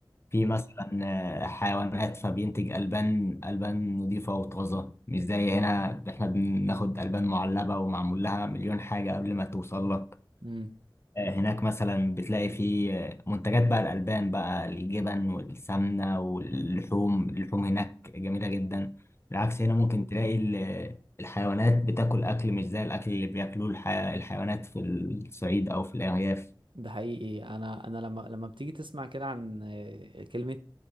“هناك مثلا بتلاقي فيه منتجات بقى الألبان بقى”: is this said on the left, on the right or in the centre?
Left